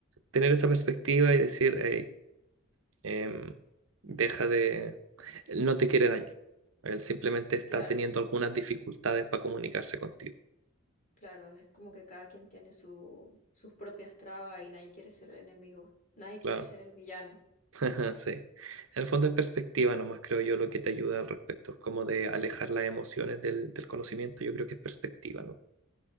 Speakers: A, on the right; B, on the left.
A: tener esa perspectiva y decir, hey, em, deja de, él no te quiere dañar. Él simplemente está
B: Claro,
A: teniendo algunas dificultades para comunicarse contigo.
B: claro, es como que cada quien tiene su, sus propias trabas y nadie quiere ser el enemigo, nadie
A: Claro,
B: quiere ser el villano.
A: <laughs> sí. En el fondo es perspectiva nomás, creo yo, lo que te ayuda al respecto, como de alejar las emociones del, del conocimiento, yo creo que es perspectiva, ¿no?